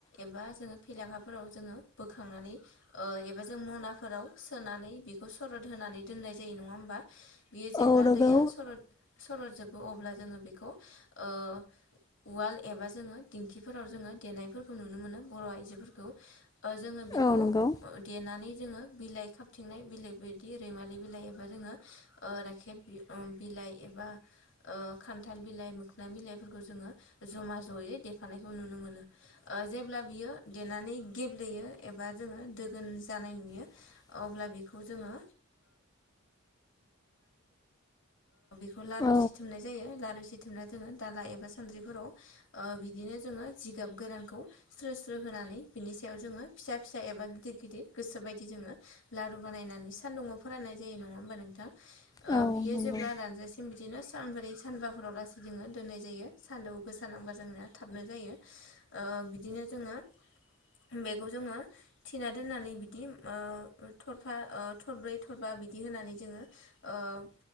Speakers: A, on the left; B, on the left.
A: एबा जोङो फेलाखााफोराव जोङो बोखांनानै ओ एबा ओ जों मनाफोराव सोनानै बेखौ सरद होनानै दोननाय जायो नङा होमबा? बियो जेब्ला
B: औ नंगौ
A: दैया सरद सरदजोबो अब्ला, जोङो बेखौ ओ उवाल एबा जोङो दिंखिफोराव जोङो देनायफोरखौ नुनो मोनो बर' आइजोफोरखौ। ओ जोङो बेखौ
B: औ नंगौ
A: देनानै जोङो बिलाइ खाबथिंनाय बिलाइफोर बिदि रैमालि बिलाइ एबा जोङो ओ ओम राखेब बिलाइ एबा ओ खान्थाल बिलाइ मोखोनां बिलाइफोरखौ जोङो ज'मा ज'यै देफानायखौ नुनो मोनो। जेब्ला बियो देनानै गेब्लेयो एबा जोङो दोगोन जानाय नुयो।
B: <inaudible>
A: अब्ला बेखौ जोङो खौ लारु
B: औ
A: सिथुमनाय जायो लारु सि थेबना दोङो दाला एबा सानद्रिफोराव ओ बिदिनो जोङो जिगाब गोरानखौ स्रो स्रो होनानै बिनि सायाव जोङो फिसा फिसा एबा गिदिर गिदिर गोसो बायदि दि जोङो लारु बानायनानै सानदुाव फोराननाय जायो नङा होमबा नोंथाङा? ओ
B: औ
A: बियो
B: नंगौ
A: जेब्ला रानजासिम बिदिनो सानब्रै सा सानबाफोराव लासै जोङो दोननाय जायो सान्दुं गोसा नांबा जोंनाया थाबनो जायो। ओ बिदिनो जोङो बेखौ जोङो थिना दोननानै बिदि ओ थरफा ओ थरब्रै थरफा बिदि होनानै जोङो ओ'